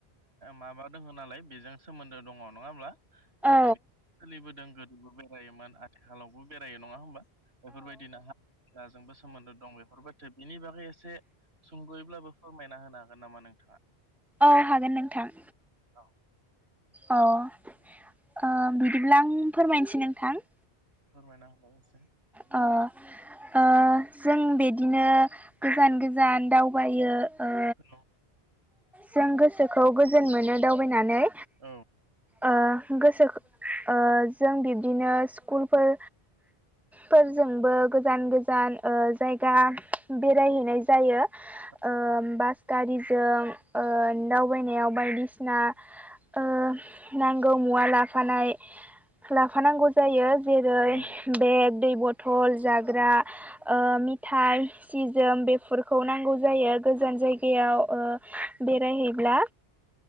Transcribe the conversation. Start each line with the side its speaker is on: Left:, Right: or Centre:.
Right: माबा दङ नालाय बेजों। सोमोन्दो दङ नङा होमब्ला
Centre: औ
Right: गोदोनि सोलिबोदों गोदोबो बेरायोमोन आथि खालावबो बेरायो नङा होनोमबा। बेफोरबायदिनो हा ओ जोंबो सोमोन्दो दं बेफोरबायदिनो बेनि बागै एसे सुंद'यैब्लाबो फोरमायना होनो हागोन नामा नोंथाङा।
Centre: औ हागोन नोंथां।
Right: औ
Centre: अ ओ बिदिब्ला आं फोरमायनोसै नोंथां
Right: फोरमायना होलाय इसे
Centre: ओ ओ जों बेदिनो गोजान-गोजान दावबायो ओ
Right: औ
Centre: जों गोसोखौ गोजोन मोनो दावबायनानै
Right: औ
Centre: ओ गोसोखो ओ जों बिब्दिनो स्कुलफोर फोरजोंबो गोजान-गोजान ओ जायगा बेरायहैनाय जायो।
Right: औ
Centre: ओ बास गारिजों ओ दावबायनायाव बायदिसिना ओ नांगौ मुवा लाफानाय लाफानांगौ जायो जेरै
Right: औ
Centre: बेग दै बथल जाग्रा ओ मिथाय सिजोम बेफोरखौ नांगौ जायो गोजान जायगायाव ओ बेरायहैब्ला